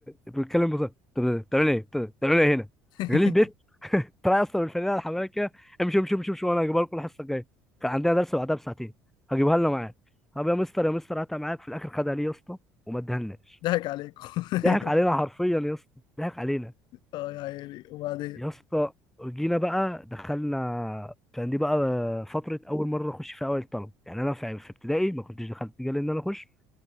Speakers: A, in the centre; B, on the left.
A: بيتكلم بصراحه طب بتعمل ايه طب بتعمل ايه هنا
B: <laughs>
A: جالي البيت <laughs> طلع اصلا بالفانله الحمالات كده امشي امشي امشي امشي وانا هجيبها لكم الحصه الجايه كان عندنا درس بعدها بساعتين هجيبها لنا معاك طب يا مستر يا مستر هاتها معاك في الاخر خدها ليه يا اسطى وما ادهالناش
B: ضحك عليكم <laughs>
A: ضحك علينا حرفيا يا اسطى ضحك علينا
B: اه يا عيني وبعدين
A: يا اسطى جينا بقى دخلنا كان دي بقى فترة أول مرة أخش فيها أوائل الطلبة يعني أنا في في ابتدائي ما كنتش دخلت جالي إن أنا أخش